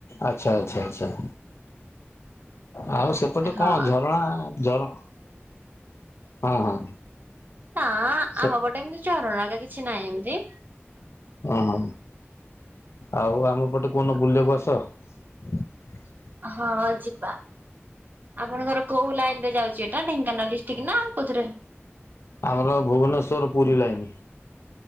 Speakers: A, on the left; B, on the right.
A: ଆଚ୍ଛା ଆଚ୍ଛା ଆଚ୍ଛା। ଆଉ ସେପଟେ
B: ହଁ
A: କଣ ଝରଣା ଝର ହଁ ହଁ
B: ନାଁ
A: ସେ
B: ଆମ ପଟେ ଏମିତି ଝରଣା ହେକା କିଛି ନାହିଁ ଏମତି।
A: ଓହୋ ଆଉ ଆମ ପଟେ କୋଉଦିନ ବୁଲିବାକୁ ଆ <inaudible>
B: ହଁ ଯିବା। ଆପଣଙ୍କର କୋଉ ଲାଇନ ରେ ଯାଉଛି ଏଟା ଢେଙ୍କାନାଳ ଡିଷ୍ଟିକ ନାଁ ଆଉ କୋଉଥିରେ?
A: ଆମର ଭୁବନେଶ୍ଵର ପୁରୀ ଲାଇନ।